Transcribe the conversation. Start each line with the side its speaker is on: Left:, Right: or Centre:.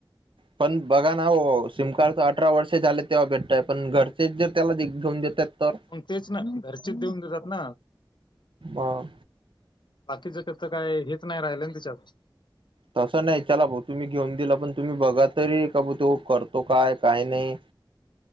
Right: पण बघा ना हो सिमकार्डच अठरा वर्ष झाले तेव्हा भेटतयं पण घरचे जे त्याला घेऊन देतात. तर
Left: मग तेच ना घरचे देऊन देतात ना
Right: मग
Left: बाकीचं काय हेच नाही राहिलं ना त्याच्यातं.
Right: तसं नाही चला भाऊ तुम्ही घेऊन दिला पण तुम्ही बघा तरी का ब तो करतो काय काही नाही.